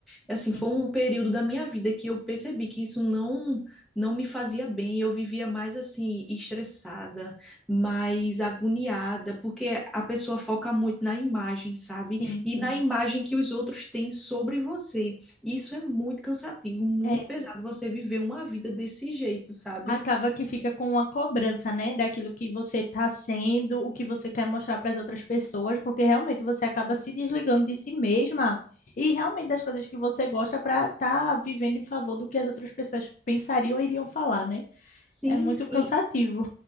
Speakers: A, on the left; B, in the centre.
A: sim,
B: assim, foi um período da minha vida que eu percebi que isso não não me fazia bem, eu vivia mais assim estressada, mais agoniada, porque a pessoa foca muito na imagem, sabe?
A: sim, sim.
B: E na imagem que os outros têm sobre você. Isso é muito cansativo, muito
A: É,
B: pesado você viver uma vida desse jeito, sabe?
A: acaba que fica com uma cobrança, né, daquilo que você está sendo, o que você quer mostrar para as outras pessoas, porque realmente você acaba se desligando de si mesma e realmente das coisas que você gosta para estar vivendo em favor do que as outras pessoas pensariam ou iriam falar, né?
B: Sim,
A: É muito
B: sim.
A: cansativo.